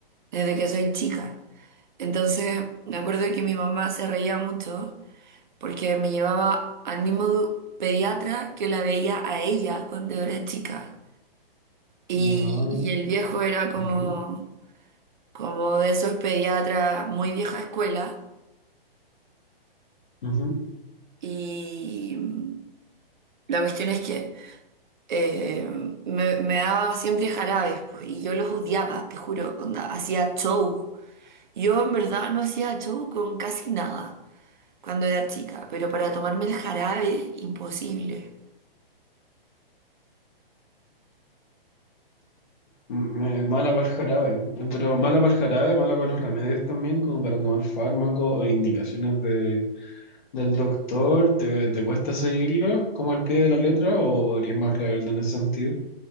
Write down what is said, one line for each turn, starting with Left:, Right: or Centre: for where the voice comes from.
Right: desde que soy chica. Entonces, me acuerdo que mi mamá se reía mucho porque me llevaba al mismo du- pediatra que la veía a ella cuando yo era chica. Y,
Left: No,
Right: y el viejo era como,
Left: ok.
Right: como de esos pediatras muy vieja escuela.
Left: Ujú.
Right: Y mm, la cuestión es que eh, me, me daba siempre jarabes, pues, y yo los odiaba, te juro, onda, hacía show. Yo en verdad no hacía show con casi nada cuando era chica, pero para tomarme el jarabe, imposible.
Left: Mm, me- Mala para el jarabe, eh, pero mala para el jarabe, mala para los remedios también, como para tomar fármacos o indicaciones de, del doctor, ¿te, te cuesta seguirlo como al pie de la letra o, o eres más rebelde en ese sentido?